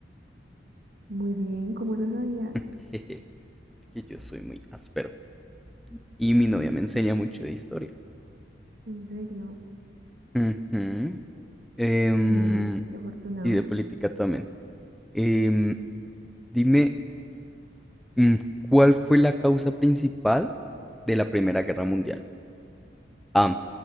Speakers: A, on the right; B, in the centre.
A: Muy bien, ¿cómo lo sabías?
B: <laughs> Jeje, que yo soy muy áspero. Y mi novia me enseña mucho de historia.
A: ¿En serio?
B: Ujú. Em,
A: No, qué afortunado.
B: y de política también. Em, dime, mm, ¿cuál fue la causa principal de la Primera Guerra Mundial? A.